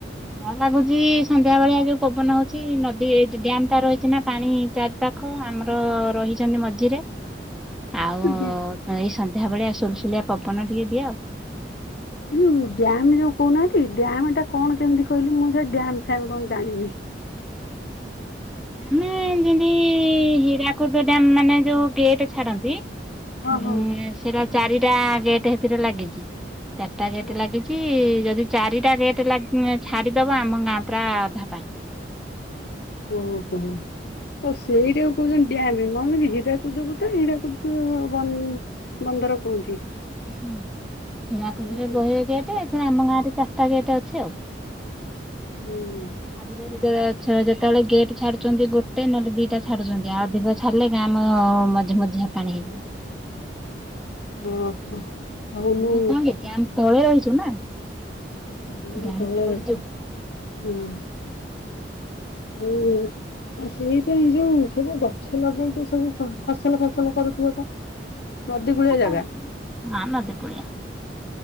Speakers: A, in the centre; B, on the left (about 60°).
A: ଲାଗୁଛି ସନ୍ଧ୍ୟା ଭଳିଆ ଯୋଉ ପବନ ହଉଛି ନଦୀ ଏ ଡ୍ୟାମ ଟା ରହିଛି ନା ପାଣି ଚାରି ପାାଖ ଆମର ରହିଛନ୍ତି ମଝିରେ ଆଉ
B: ଏ
A: ଏଇ ସନ୍ଧ୍ୟା ଭଳିଆ ସୁଲସୁଲିଆ ପବନ ଟିକେ ଦିଏ ଆଉ।
B: ଯୋଉ ଡ୍ୟାମ ଯୋଉ କହୁନାହାନ୍ତି ଡ୍ୟାମ ଟା କଣ କେମିତି କହିଲି ମୁଁ ସେ ଡ୍ୟାମ ଫ୍ୟାମ କଣ ଜାଣିନି।
A: ମାନେ ଯେମତି ହୀରାକୁଦ ଡ଼୍ୟାମ ମାନେ ଯୋଉ ଗେଟ ଛାଡନ୍ତି।
B: ହଁ
A: ହୁଁ
B: ହଁ।
A: ସେଇଟା ଚାରିଟା ଗେଟ୍ ହେଥିରେ ଲାଗିଛି। ଚାରିଟା
B: ଓହୋ।
A: ଗେଟେ ଲାଗିଛି ଯଦି ଯ ଚାରିଟା ଗେଟ ଛାଡିଦବ ଆମ ଗାଁ ପୁରା ଅଧା ପାଣି
B: ଓ ହୋ। ଆଉ ସେଇଟା କୁ କହୁଛନ୍ତି ଡାମେ ମନେ ହୀରାକୁଦକୁ ତ ହୀରାକୁଦ ବନ୍ଦର କୁହନ୍ତି-
A: ହୁଁ ହରାକୁଦରେ
B: ଆଉ
A: ବହେ ଗେଟ୍ ଏଠି ଆମ ଗାଁ- ଚାରିଟା ଗେଟ୍ ଅଛି ଆଉ।
B: ହୁଁ
A: ଯଦି ଛାଡ଼ିଦେବେତ ଯେତେବେଳେ ଗେଟ୍ ଛାଡୁଛନ୍ତି ଗୋଟେ ନହେଲେ ଦିଟା ଛାଡୁଛନ୍ତି ଆଉ ଅଧିକ ଛାଡିଲେ ଗାଁ ମଝି ମଝିଆ ପାଣି ହେଇଜିବ।
B: ମୁଁ। ହଉ
A: ଆମେ
B: ହଉ।
A: କଣ କି ଡ୍ୟାମ୍ ତଳେ ରହିଛୁ ନା
B: ବାନୀ
A: ଡ୍ୟାମ୍
B: ତ ବଳ
A: ଟା
B: ରହିଛ
A: ରହିଛୁ
B: ହଁ ହୁଁ ଆଉ ସେଇପାଇ ଯୋଉ ସବୁ ଗଛ ଲଗେଇଥ ସବୁ ଫସଲ ଫସଲ କରୁଥିବ ତ ନଦୀ କୂଳିଆ ଜାଗା
A: କହୁ ହଁ ମତେ କଆ